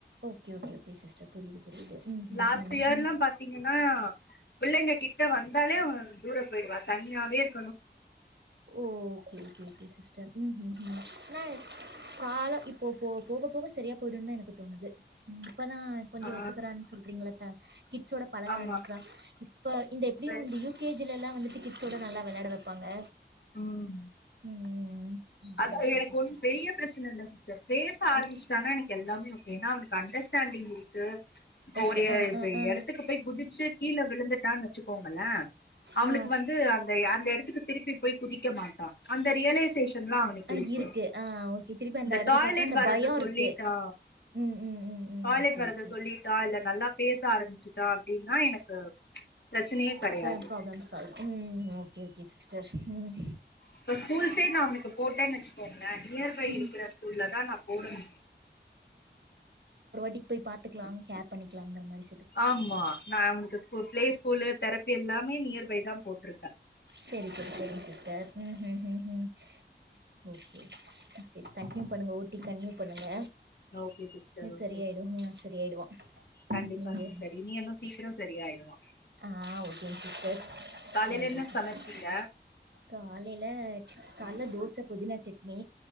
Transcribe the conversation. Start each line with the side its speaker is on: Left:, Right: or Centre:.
Right: ஓகே, ஓகே, ஓகே சிஸ்டர். புரியுது, புரியுது. ம்,
Left: லாஸ்ட்
Right: ம்,
Left: இயர்ல்லாம்
Right: ம்.
Left: பாத்தீங்கன்னா பிள்ளைங்க கிட்ட வந்தாலே தூர போயிடுவா தனியாவ இரு
Right: oh okay okay okay sis ம்ம் ஆ கால இப்போ போ போக போக சரியா போயி்டும்ன்னு தான் எனக்கு தோணுது இப்பதான் கொஞ்சம்
Left: ஆ
Right: ஒத்துக்கிறான் சொல்றீங்கள த்த கிட்ஸோட பழக
Left: ஆமா
Right: ஆரம்பிக்கிறான் இப்ப இந்த எப்படியும்
Left: சரி
Right: இந்த யுகேஜி லல்லாம் வந்து கிட்ஸ்யோடநல்ல வில வைப்பாங்க
Left: உம்
Right: ம். ஓகே,
Left: அது
Right: ஓகே
Left: எனக்கு
Right: சிஸ்டர்.
Left: ஒன்னும் பெரிய பிரச்சனை இல் சிஸ்டர் பே பேசிட்டான
Right: என்
Left: எனக்கு எல்லாமே ஓகேனா அண்டர்ஸ்டாண்டிங் இருக்கு இப்ப
Right: ஓகே.
Left: ஒரு
Right: அ, அ, அ,
Left: இடத்துக்கு போய் குதிச்சு கீழே விழுந்துட்டான்னு வச்சுக்கோங்களேன் அவனுக்கு
Right: ஆ,
Left: வந்து அந்த அந்த இடத்துக்கு திருப்பி போய் குதிக்க மாட்டான் அந்த ரியலைஸ் சேஷன் அவனுக்கு
Right: ஆ
Left: இருக்கு
Right: ஆ ஓகே. திருப்பி அந்த
Left: இந்த
Right: இடத்த
Left: டாய்லெட்
Right: பார்த்தா அந்த
Left: வரத
Right: பயம்
Left: சொல்லிட்டா
Right: இருக்கு. ம், ம், ம், ம்.
Left: டாய்லெட்
Right: ஓகே,
Left: வரத
Right: ஓகே.
Left: சொல்லிட்டா இல்ல நல்லா பேச ஆரம்பிச்சுட்டா அப்டின்னா எனக்கு பிரச்சனையே கெடையாது
Right: பராப்ளம் சால்வ் உம் ஓகே ஓகே சிஸ்டர் உம்
Left: இப்ப ஸ்கூல்ஸே நான் உனக்கு போட்டேன்னு வச்சு க நியர்பை
Right: ம்
Left: இருக்கிற ஸ்கூல்ல தான் நான் போடணும்
Right: டி போய் பாத்துக்கலாம் கேர் பண்ணிக்காலங்குற மாதிரி
Left: ஆமா நான் அவனுக்கு பிளே ஸ்கூல்லு தெரப்பி எல்லாம் மே நியர்பை தான் போட்டிருக்கேன்
Right: சரி சரி சரிங்க சிஸ்டர் ம்ம்ம் ஓகே சரி கண்டினியூ பண்ணுங்க ஊட்டி கண்டினியூ பண்ணுங்க
Left: ஓகே சிஸர் ஓகே
Right: சரியாயிடு சரியாயிடுவா
Left: கண்டிப்பா
Right: நீங்க
Left: சிஸ்டர் இனியனும் சீக்கிரம் சரியாயிடுவான்
Right: ஆஹ் ஓகேங்க சிஸ்டர்
Left: காலைல
Right: தேங்கயு
Left: என்ன
Right: சிஸ்டர்
Left: சமச்சீங்க
Right: காலையில காலையில தோசை புதினா சட்னி